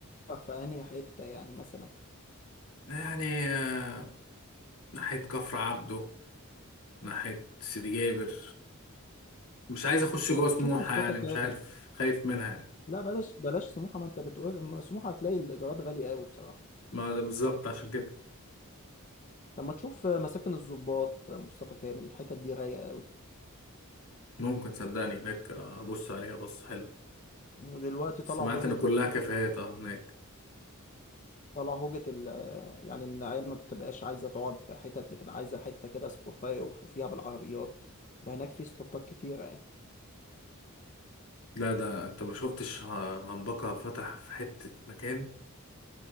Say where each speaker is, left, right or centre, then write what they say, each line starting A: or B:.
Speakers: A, on the left (about 35°); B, on the left (about 80°).
A: في انهي حتة يعني مثلا
B: يعني آه، ناحية كفر عبده ناحية سيدي جابر مش عايز أخش جوه
A: طب ما
B: سموحة
A: تشوف مصطفى
B: يعني
A: كامل
B: مش عارف خايف منها يعني
A: لا بلاش بلاش سموحة ما انت بتقول أما سموحة هتلاقي الإيجارات غالية قوي بصراحة
B: ما ده بالظبط عشان كده
A: طب ما تشوف مساكن الضباط مصطفى كامل الحتت دي غالية قوي
B: ممكن صدقني هناك أبص عليها بص حلو
A: ودلوقتي
B: سمعت
A: طلع هوجة
B: إن كلها كافيهات أه هناك
A: طلع هوجة ال يعني إن العيال ما بتبقاش عايزة تقعد في حتت بتبقى عايزة حتة كده سبوتاية يقفوا فيها بالعربيات وهناك في سبوتات كتيرة يعني
B: لا ده أنت ما شفتش ه- هنبكة فتح في حتة مكان